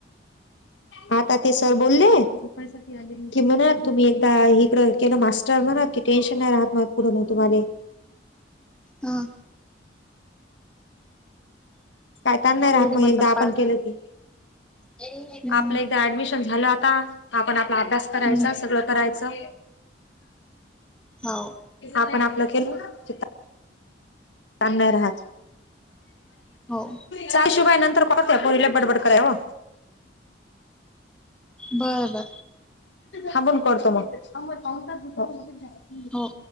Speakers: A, on the left; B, in the centre.
A: आता ते सर बोलले <inaudible> की म्हणा तुम्ही एक हा इकडं केलं मास्टर म्हणा कि, टेन्शन नई राहत माग पुढ मग तुम्हाला.
B: हां.
A: काय तान नहीं राहत
B: पोरी
A: मग
B: म्हणतात
A: एकदा, आपण
B: पाच
A: केलं की.
B: हम्म.
A: आपल्या इथं ऍडमिशन झालं आता आपण आपला अभ्यास करायचा
B: हम्म
A: सगळं करायचं.
B: हो
A: आपण आपलं केल <unintelligible> ताण नाही राहत.
B: हो
A: सासूबाई नंतर कोणत्या पोरीला बडबड कराय ओ.
B: बरं बरं
A: हा बंद करतो मग.
B: हो.